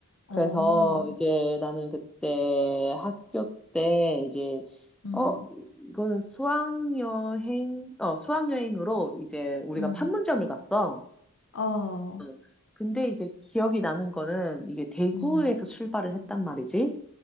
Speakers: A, on the left (about 65°); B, in the centre.
A: 어,
B: 그래서 이제 나는 그때 학교 때 이제,
A: 응,
B: 어, 이거는 수학여행, 어, 수학여행으로 이제 우리가
A: 응.
B: 판문점을 갔어.
A: 어,
B: 응. 근데 이제 기억이 나는 거는 이게 대구에서
A: 음,
B: 출발을 했단 말이지.